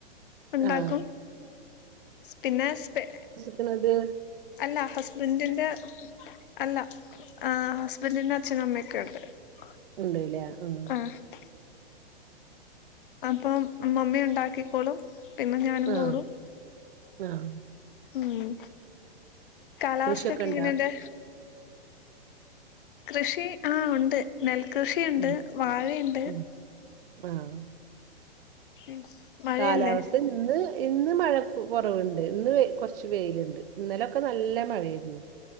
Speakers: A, on the left; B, on the right.
A: ഉണ്ടാക്കും
B: ആഹ്
A: സ്പിന്നെ സ്‌പെ
B: ത്
A: അല്ല ഹസ്ബൻഡിന്റെ അല്ല ആഹ് ഹസ്ബൻഡിന്റെ അച്ഛനും അമ്മയൊക്കെ ഉണ്ട് ആഹ്
B: ഉണ്ട്ല്ലേ ഉം
A: ആഹ് അപ്പൊ മമ്മി ഉണ്ടാക്കിക്കോളും പിന്നെ ഞാനും
B: ആഹ്
A: കൂടും
B: ആഹ്
A: ഉം കാലാവസ്ഥ
B: കൃഷിയൊക്കെ
A: ഒക്കെ
B: ഇണ്ടാ
A: എങ്ങനെയണ്ട് കൃഷി ആഹ് ഉണ്ട് നെൽകൃഷിയുണ്ട്
B: ഉം
A: വാഴയുണ്ട്
B: ഉം ആഹ്
A: ഉം മഴയല്ലേ
B: കാലാവസ്ഥ ഇന്ന് ഇന്ന് മഴ കൊറവ്ണ്ട് ഇന്ന് കൊറച്ച് വെയില്ണ്ട് ഇന്നലൊക്കെ നല്ല മഴയായിരുന്നു